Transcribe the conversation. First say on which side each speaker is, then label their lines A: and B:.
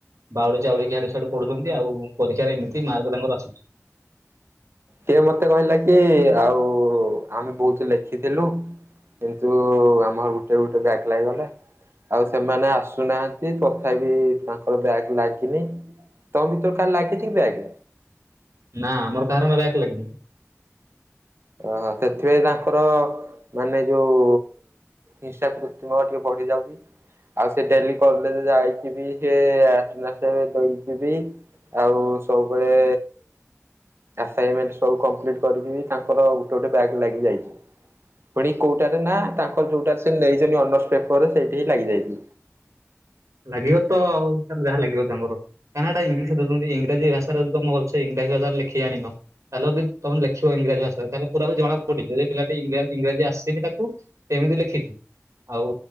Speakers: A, on the right; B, on the right.
A: ବାଉଳି ଚାଉଳିକି ଆଡେ ସାଡେ ପଢୁଛନ୍ତି ଆଉ ପରୀକ୍ଷାରେ ଏମିତି ମାର୍କ ତାଙ୍କର ଆସୁଛି
B: କିଏ ମତେ କହିଲା କି ଆଉ ଆମେ ବହୁତ ଲେଖି ଥିଲୁ କିନ୍ତୁ ଆମର ଗୋଟେ ଗୋଟେ ବ୍ୟାକ୍ ଲାଗିଗଲା ଆଉ ସେମାନେ ଆସୁନାହାନ୍ତି ତଥାପି ତାଙ୍କର ବ୍ୟାକ୍ ଲାଗିନି ତମ ଭିତରୁ କାହାର ଲାଗିଛି କି ବ୍ୟାକ୍
A: ନା ଆମର କାହାର ନା ବ୍ୟାକ୍ ଲାଗନି
B: ଓହୋ ସେଥିପାଇଁ ତାଙ୍କର ମାନେ ଯୋଉ ହିଂସା କୃତ୍ରିମ ଟିକେ ବଢି ଯାଉଛି ଆଉ ସେ ଡେଲି କଲେଜ ଯାଇକିବି ସିଏ ଆଟେନାସ୍ ଦେଇକିବି ଆଉ ସବୁବେଳେ ଆସାଇନମେଣ୍ଟ ସବୁ କମ୍ପ୍ଲିଟ୍ କରିକି ବି ତାଙ୍କର ଗୋଟେ ଗୋଟେ ବ୍ୟାଗ୍ ଲାଗି ଯାଇଛି ପୁଣି କୋଉଟାରେ ନା ତାଙ୍କର ଯୋଉଟାରେ ସେ ନେଇଛନ୍ତି ଅନର୍ସ ପେପରରେ ସେଇି ଟିହିଁ ଲାଗିଯାଇଛି
A: ଲାଗିବ ତ ଆଉ ତାଙ୍କର ଯାହା ଲାଗିବ ତାଙ୍କର କାଁଇନା ତା ଇଂଲିଶରେ ଦୋଉଛନ୍ତି ଇଂରାଜୀ ଭାଷାରେ ଯଦି ତମେ ଭଲସେ ଇଂରାଜୀ ଭାଷାରେ ଲେଖିଯାଣିନ ତାହେଲେ ଯଦି ତମେ ଲେଖିବ ଇଂରାଜ ଭାଷାରେ ତାହେଲେ ପୁରା ବି ଜଣା ପଡିବ ଯେ ପିଲାଟି ଇଂରାଜୀ ଇଂରାଜୀ ଆସେନି ତାକୁ ଏମିତି ଲେଖିଛି ଆଉ